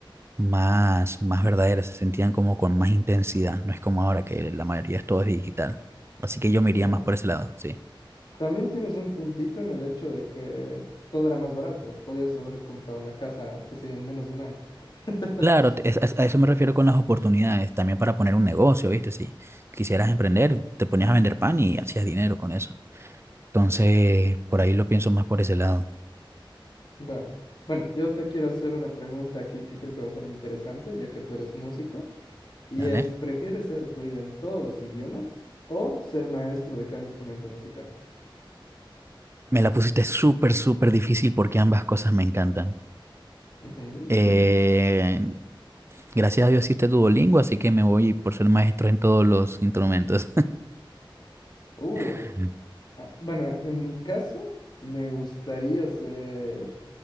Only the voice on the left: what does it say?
¿No?
También tienes un puntito en el hecho de que todo era más barato. Podías haber comprado una casa, qué sé yo, en menos de un año. <laughs>
Va. Bueno, yo te quiero hacer una pregunta aquí que creo que va a ser interesante, ya que tú eres músico, y
es, ¿prefieres ser fluido en todos los idiomas o ser maestro de cada instrumento musical?
Ujú.
<laughs>
Uh,
ah, bueno, en mi caso, me gustaría ser